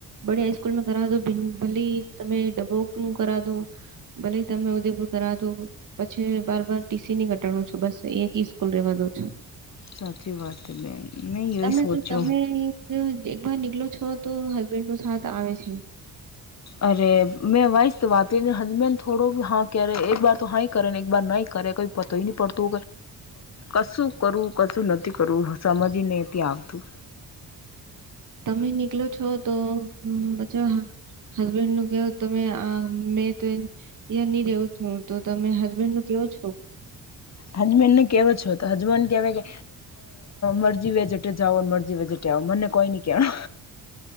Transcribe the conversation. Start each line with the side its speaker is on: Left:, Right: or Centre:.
Right: બડીયા સ્કૂલ મે તો ભલી તમે ડબો હૂ કરા દૂ ભલે તમે ઉદેપુર કરાદૂ પછી બાર બાર ટીસી ની કટાણો છુ બસ એક સ્કૂલ રવા દો છો
Left: સાચી વાત હે બેન મે હી યોઇચ
Right: તમે
Left: હૉચ્ચો
Right: તો તમે જો એક બર નીકળ છો તો હસબેન્ડ નો સાથ આવે છે
Left: અરે મેંવાઇસ વાતઝ હજબેન્ડ થોડો હા કેરે એક બાર તો હા કરે ને એક બાર નહીં કરે કઈ પતો નહી પડતો કશું કરું કશું નથી કરું સમજી નથી આવતું
Right: તમે નીકળો છો તો હમ પછી હસબેન્ડ નું કેવું તમે આ મેં તો ય નહી રવું તો તમે હસબેન્ડ કેવો છો
Left: હજબેન્ડ કેવો છો તો અજબેન્ડ કેવે કે મરજી વજેટે જાઓ મરજી વેજેટે આવો મને કોઈ નઈ કેણે